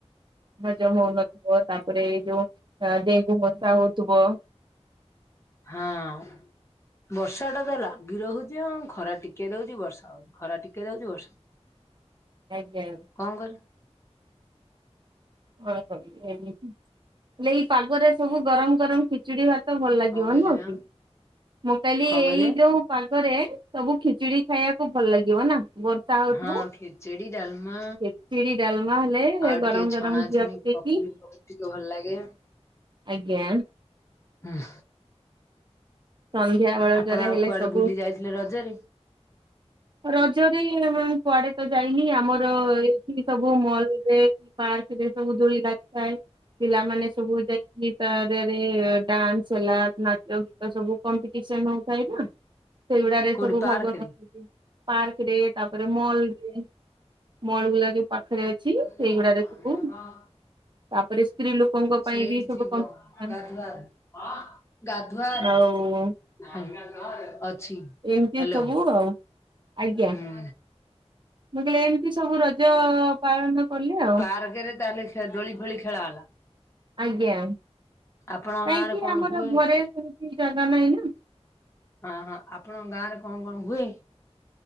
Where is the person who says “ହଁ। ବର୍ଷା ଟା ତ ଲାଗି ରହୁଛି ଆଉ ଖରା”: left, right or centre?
Left